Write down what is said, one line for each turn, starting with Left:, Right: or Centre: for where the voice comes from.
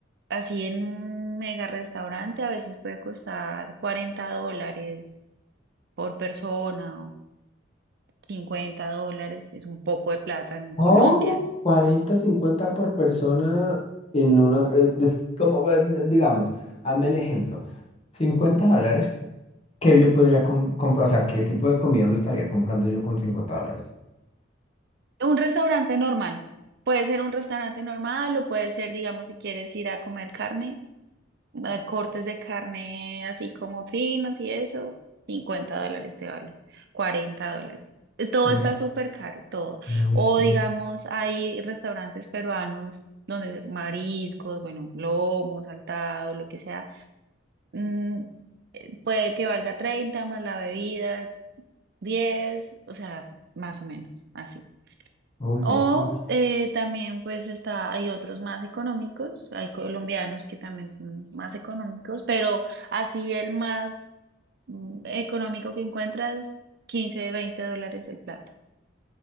Right: así en un mega restaurante a veces puede costar 40 dólares por persona cincuenta dólares es un poco de plata en
Left: ¿Cómo?
Right: Colombia.
Left: 40, 50 por persona en una... eh, des- como, eh, digamos, hazme el ejemplo. Cincuenta dólares ¿Qué yo podría com- comprar? O sea, ¿qué tipo de comida me estaría comprando yo con cincuenta dólares?
Right: Un restaurante normal. Puede ser un restaurante normal o puede ser, digamos, si quieres ir a comer carne, eh, cortes de carne así como finos y eso, 50 dólares te vale, 40 dólares. Eh, Todo
Left: Mm,
Right: está súper caro, todo.
Left: No
Right: O
Left: sé
Right: digamos, hay restaurantes peruanos donde mariscos, bueno, lomo, saltado, lo que sea, mm, puede que valga 30 más la bebida, 10, o sea, más o menos, así.
Left: Uy,
Right: O
Left: juepucha.
Right: eh, también pues está, hay otros más económicos, hay colombianos que también son más económicos, pero así el más mm, económico que encuentras, 15 de 20 dólares el plato.